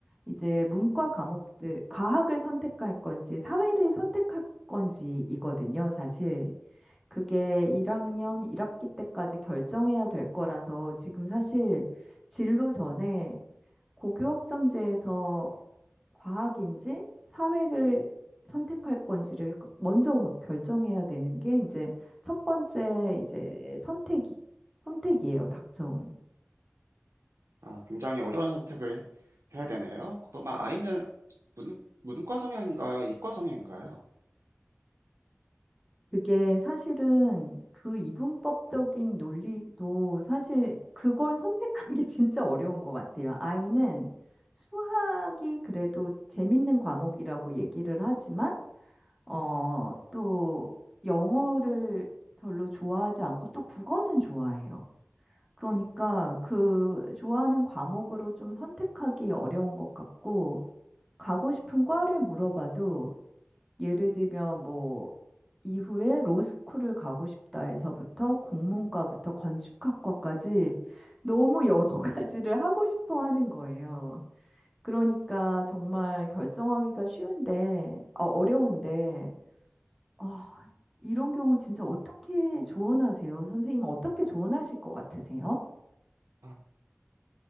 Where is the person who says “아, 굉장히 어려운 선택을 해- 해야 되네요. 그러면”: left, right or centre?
Right